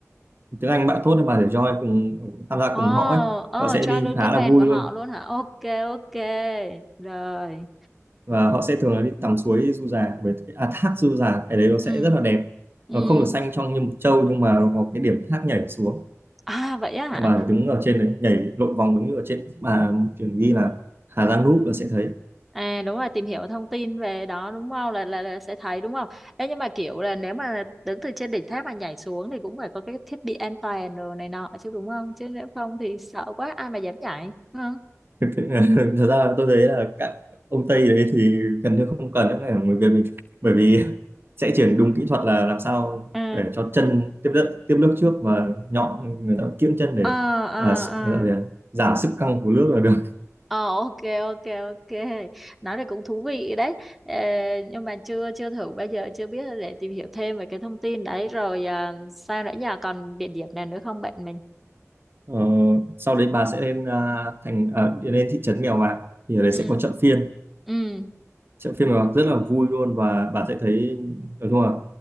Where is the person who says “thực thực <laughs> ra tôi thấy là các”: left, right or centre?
Right